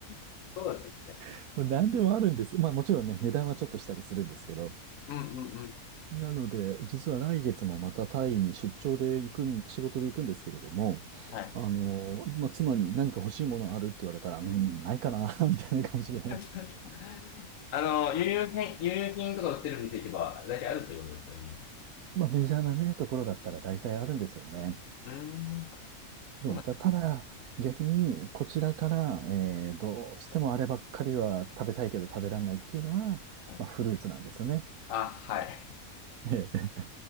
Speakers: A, on the left (about 65°); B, on the right (about 90°).
A: <laughs> そうなんですね
B: <laughs> 何でもあるんですよ。まあもちろんね、値段はちょっとしたりするんですけど。
A: うんうんうん。
B: なので、実は来月もまたタイに出張で行くん、仕事で行くんですけれども、
A: はい。
B: あの、まあ、妻に何か欲しいものあるって言われたら、うん、ないかな、<laughs> みたいな感じで。
A: <laughs> あの、輸入品、輸入品とか売ってる店行けば、大体あるってことですよね。
B: まあ、メジャーなね、ところだったら大体あるんですよね。
A: うーん。
B: どうた、
A: そうなんで
B: ただ、逆に、こちらから、えーどうしてもあればっかりは食べたいけど食べらんないっていうのは、
A: すね。
B: まあ、フルーツなんですよね。
A: あ、はい。
B: ええ